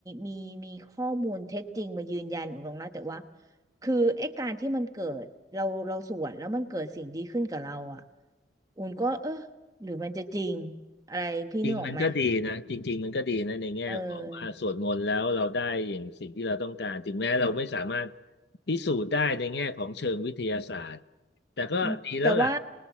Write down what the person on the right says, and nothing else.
มีมีข้อมูลเท็จจริงมายืนยันอุ่นหรอกนะแต่ว่า คือไอ้การที่มันเกิดเราเราสวดแล้วมันเกิดสิ่งดีขึ้นกับเราอ่ะอุ่นก็เออหรือมันจะจริงอะไรพี่นึกออกไหม
เออ
อืมแต่ว่า